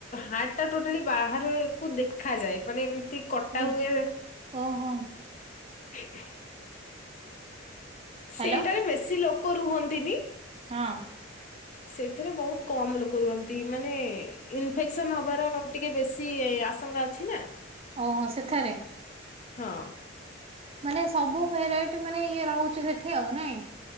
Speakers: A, on the left; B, on the right.
A: ହାର୍ଟ ଟା ଟୋଟାଲି ବାହାରକୁ ଦେଖାଯାଏ ମାନେ କେମିତି କଟା
B: ପୁରା
A: ହୁଏ
B: ଓହୋ
A: <unintelligible>
B: ହ୍ୟାଲୋ
A: ସେଇଟାରେ ବେଶୀ ଲୋକ ରୁହନ୍ତିନି
B: ହଁ
A: ସେଥିରେ ବହୁତ କମ ଲୋକ ରୁହନ୍ତି ମାନେ ଇନଫେକ୍ସନ ହବାର ଟିକେ ବେଶୀ ଆଶଙ୍କା ଅଛି ନା
B: ଓହୋ ସେଠାରେ
A: ହଁ
B: ମାନେ ସବୁ ଭେରାଇଟି ମାନେ ଇଏ ରହୁଛି ସେଠି ଆଉ ନାଇଁ